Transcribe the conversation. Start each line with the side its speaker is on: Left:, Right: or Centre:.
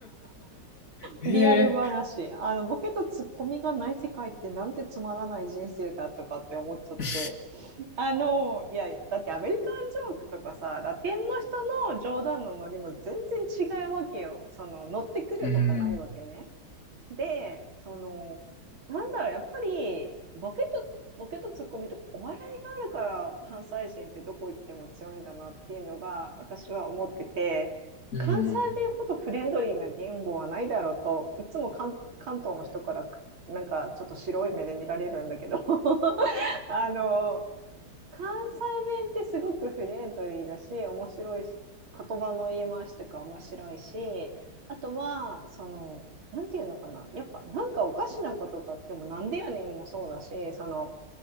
Left: <laughs> ええ
Right: リアル話。あの、ボケとツッコミがない世界ってなんてつまらない人生だとかって思っちゃって。
Left: ー。
Right: あの、いや、だってアメリカンジョークとかさ、ラテンの人の冗談のノリも全然違うわけよ。その、乗ってくるとかないわけね。
Left: うん。
Right: で、その、なんだろう、やっぱり、ボケと、ボケとツッコミとか、お笑いがあるから関西人ってどこ行っても強いんだなっていうのが、私は思ってて、
Left: うん。
Right: 関西弁ほどフレンドリーな言語はないだろうと、
Left: うん。
Right: いつも関関東の人から、なんかちょっと白い目で見られるんだけど、<laughs> あの、関西弁ってすごくフレンドリーだし、面白いし、言葉の言い回しとか面白いし、あとは、その、なんていうのかな、やっぱなんかおかしなことがあっても、なんでやねんもそうだし、その、